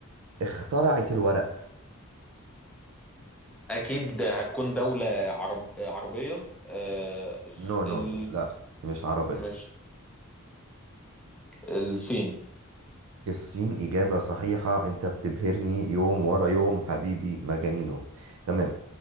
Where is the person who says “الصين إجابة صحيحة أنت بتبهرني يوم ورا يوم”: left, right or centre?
Right